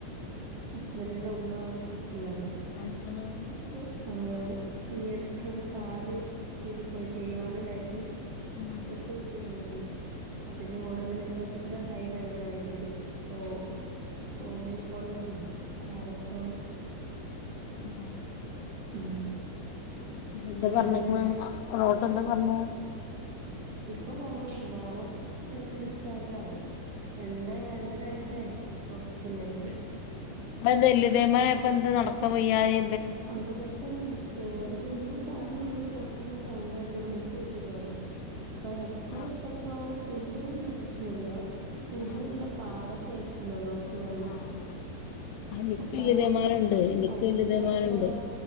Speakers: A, on the right; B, on the left.
A: ഹസ്ബൻഡിന്റെ ഉമ്മ ഹോസ്പ. ലാലേ
B: എന്താണ്
A: ഇപ്പോ. ആ ഈ ഇടക്കന്ന് കാല് തിരി പോയി തേമാനം ഇണ്ടായിട്ട്.
B: ആഹ്
A: മുട്ട് കുത്തി പോയിനി അതിന്റെ കൂടെ പിന്നെ പ്രഷർ ഹൈ ലെവലായി പോയി. ഓ ഓ മിയോ കോളേജിലാണ് കാരപറമ്പ്.
B: ആ
A: ഉം.
B: നിട്ട് എന്താ
A: ഇപ്പൊ
B: പറഞ്ഞക്കണെ
A: രണ്ട്
B: ടോട്ടർ എന്താ പറഞ്ഞ.
A: ഇപ്പൊ കൊറവുണ്ട് നാളെ ചിലപ്പോ ഡിസ്ചാർജ് ആവും. രണ്ട് രണ്ടരാഴ്ചയായി ഹോസ്പിറ്റലിലായിട്ട്.
B: അപ്പൊ എന്ത എല്തെയ്മാനയിപ്പൊ എന്ത് നടക്കാ വയായി.
A: അത് പെട്ടെന്ന് മു. ഏ ഒന്ന് കാലിലുള്ളന്ന് പൊട്ടുന്ന സൗണ്ടെട്ടിട്ട് മുട്ട് കുത്തി പോയതാ. എക്സറ
B: ആഹ്
A: എടുത്തപ്പോ എലിനൊന്നും പ്രശ്നല്ല പക്ഷെ
B: ആഹ്
A: ഉള്ളിലുള്ള പാട. എത്തുന്നോ ഡോക്ടർ പറഞ്ഞെ.
B: ആഹ് എനിക്ക്
A: പ്പ
B: വല്യ തേമാനണ്ട് എനിക്ക്
A: അതിന്
B: വല്യ
A: ശേഷം
B: തേമാനണ്ട്